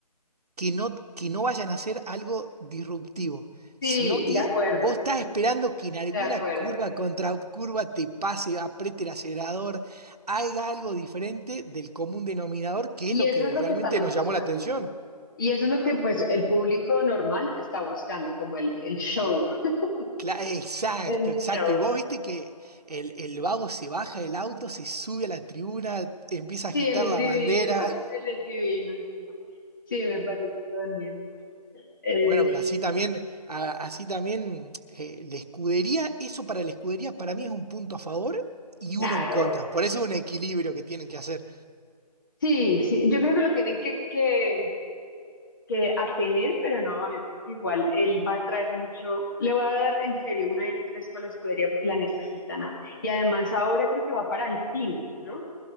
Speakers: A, on the right; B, on the left.
A: que no, que no vayan a hacer algo disruptivo,
B: Sí,
A: sino que
B: de acuerdo,
A: vos estás esperando que en alguna
B: de acuerdo.
A: curva contra curva te pase, apriete el acelerador, haga algo diferente del común denominador, que
B: Y
A: es lo
B: eso
A: que
B: es lo
A: realmente
B: que estamos
A: nos
B: buscando.
A: llamó la atención.
B: Y eso es lo que, pues, el público normal está buscando, como el, el show. <laughs>
A: Cla- Exacto,
B: El
A: exacto.
B: show.
A: Y vos viste que el, el vago se baja del auto, se sube a la tribuna, empieza a agitar
B: Sí, él es
A: la
B: divino,
A: bandera.
B: <laughs> él es divino, sí. Sí, me parece todo lindo. Es,
A: Bueno, pero así también, a- así también eh, la escudería, eso para la escudería para mí es un punto a favor y
B: claro.
A: uno en contra. Por eso es un equilibrio que tienen que hacer.
B: Sí, sí, yo creo que lo tienen que, que que a tener, pero no, yo creo que igual él va a traer mucho, le va a dar en serio un aire fresco a la escudería porque la necesitan. Y además ahora creo que va para Alpine, ¿no?